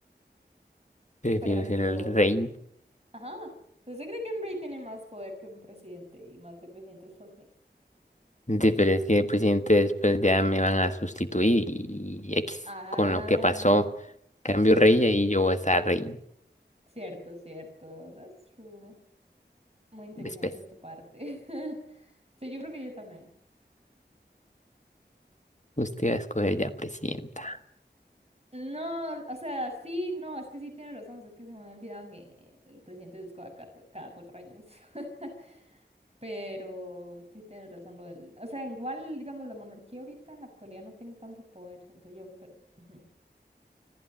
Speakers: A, on the left (about 40°); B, on the right (about 35°).
A: Prefiero
B: Por ejemplo,
A: ser el rey.
B: ajá, ¿usted cree que un rey tiene más poder que un presidente y más de presidente de Estados Unidos?
A: Sí, Pero es que el presidente después ya me van a sustituir y X
B: Ah,
A: con lo que pasó.
B: sí,
A: Cambio
B: cierto,
A: rey y ahí yo voy a estar rey.
B: cierto, cierto, that's true. Muy inteligente
A: Después.
B: de tu parte. <laughs> Sí, yo creo que yo también.
A: Usted va a escoger ya presidenta.
B: No, o sea, sí, no, es que sí tiene razón, es que se me había olvidado que el presidente es cada, cuatro- cada cuatro años. <laughs> Pero sí tiene razón lo del, o sea, igual, digamos, la monarquía ahorita en la actualidad no tiene tanto poder, siento yo, pero... ujú.